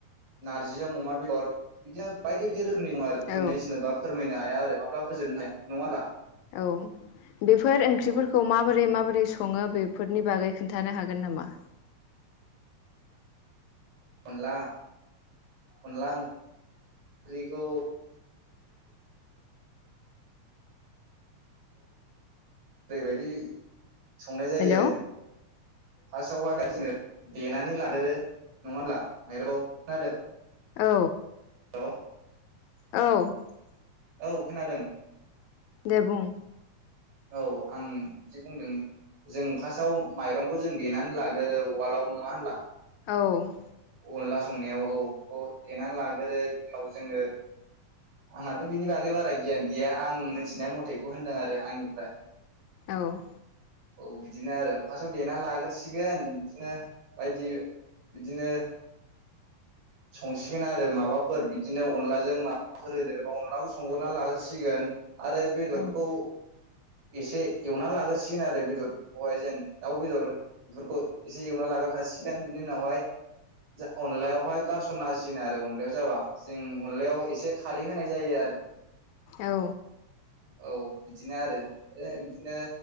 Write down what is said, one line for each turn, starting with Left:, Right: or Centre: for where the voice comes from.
Right: नारजिजों अमा बेदर बिदिनो बायदि बायदि <unintelligible>
Left: औ
Right: <unintelligible> <unintelligible> हाया आरो माब्लाबो जोबनो हाया नङा <unintelligible>
Left: औ बेफोर ओंख्रिफोरखौ
Right: औ
Left: माबोरै माबोरै सङो बेफोरनि बागै खोन्थानो हागोन नामा?
Right: अनला अनलाओं ओंख्रिखौ ओरैबायदि संनाय जायो।
Left: हेलौ
Right: फार्स्टआवहाय जोङो देनानै लागोरो नङा होनब्ला माइरं खोनादों?
Left: औ।
Right: बा <inaudible>
Left: औ
Right: औ खोनादों।
Left: दे बुं
Right: औ आं जि बुंदों जों फार्स्टआव माइरंखौ जों देनानै लागोरो उवाल आव नङा होनब्ला।
Left: औ।
Right: अनला संनायाव औ बेखौ देनानै लाग्रोरो बेयाव जोङो आंहाथ' बिनि बागै बारा गियान गैया आं मिथिनाय मथेखौ होनदों आरो आंनिफ्राय।
Left: औ
Right: औ बिदिनो आरो फास्स्टआव देना लाग्रोरसिगोन बिदिनो बायदि बिदिनो संसिगोन आरो माबाफोर बिदिनो अनलाजों माबाफोर होदेरोबा अनलाखौ संहरना लागसिगोन आरो बेदरखौ
Left: औ
Right: एसे एवना लागोरसिगोन आरो बेदरखौहाय जेन दाउ बेदर बेफोरखौ एसे एवना लागोरखाासिगोन बिनि उनावहाय अनलायावहाय गारसन होसिगोन आरो अनलायाव जाबा जों अनलायाव एसे खारै होनाय जायो आरो।
Left: औ।
Right: औ बिदिनो आरो। आरो बिदिनो